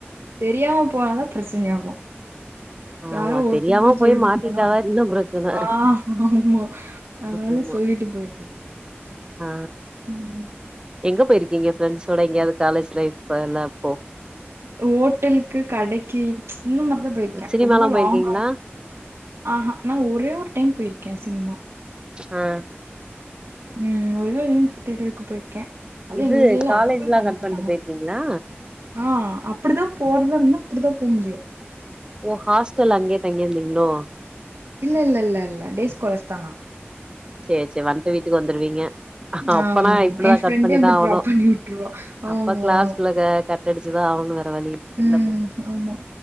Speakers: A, on the right; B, on the right.
A: தெரியாம போனாதா பிரச்சனை ஆகு யாரோ
B: ஆமா
A: ஒருத்தர்கிட்ட
B: தெரியாம
A: சொல்லிட்டு
B: போய் மாட்டிக்கிட்டாதா
A: போனா
B: இன்னு பிரச்சன
A: ஆ ஆமா அதனால
B: ஆமா.
A: சொல்லிட்டு போய்
B: ஆ
A: ம்
B: எங்க போயிருக்கீங்க ஃப்ரெண்ட்ஸோட எங்கேயாது காலேஜ் லைப் எல்லா அப்போ
A: ஓட்டலுக்கு கடைக்கி இந்த மாரிதா போயிருக்கே
B: சினிமாலா
A: ரொம்ப
B: போயிருக்கீங்களா
A: லாங்கா ஆ ஹா நா ஒரே ஒரு டைம் போயிருக்கே சினிமா
B: ஆ
A: ம் ஒரு தேலுன் தேட்டருக்கு போயிருக்கே அது
B: இது
A: எங்க வீட்லலா
B: காலேஜ்லா
A: அளோவே பன்ன
B: கட்
A: மாட்டாங்க
B: பண்ட்டு போயிருக்கீங்களா
A: ஆ அப்டிதா போறதா இருந்தா அப்டிதா போவ் முடியு
B: ஓ ஹாஸ்டல் அங்கே தங்கியிருந்தீங்களோ
A: இல்ல இல்ல இல்ல இல்ல டேஸ் கோலேஸ் தா னா
B: செரி செரி வன்ட்டு வீட்டுக்கு வந்துருவீங்க அப்பனா
A: ஆமா ஆமா
B: இப்டிதா
A: என் ஃப்ரெண்டே
B: கட் பண்ணிதா
A: வந்து
B: ஆகணு
A: ட்ராப் பண்ணி விட்டுருவா. ஆமா
B: அப்ப கிளாஸ்ல
A: ஆமா
B: கட்டடிச்சுதா ஆவன்னு வேர வழி
A: ம்
B: இல்ல போ
A: ஆமா